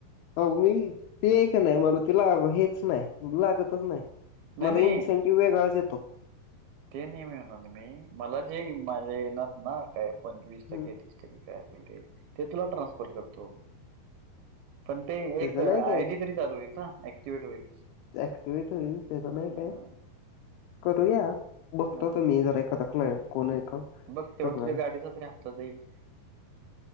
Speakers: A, on the left; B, on the right.
A: हो, मी ते एक कनाय मला तिला हेच नाही लागतच नाही
B: नाही
A: मला
B: नाही
A: इन्सेंट ती वेगळाच येतो.
B: ते नाही म्हणालोय मी, मला जे माझे येणार ना काय पण वीस
A: हम्म
B: टक्के तीस टक्के. काय असेल ते, ते तुला ट्रान्सफर करतो. पण ते
A: त्याचं
B: एक
A: नाही
B: आयडी तरी चालू होईल ना ऍक्टिवेट होईल
A: ऍक्टिवट होईल त्याच नाही
B: हा,
A: काय करूया बघतो
B: हा.
A: तुम्ही जरा एखादा क्लायंट कोण आहे का
B: बघ तेवढं
A: करणार
B: तुझ्या
A: आहे.
B: गाडीचा तरी हप्ता जाईल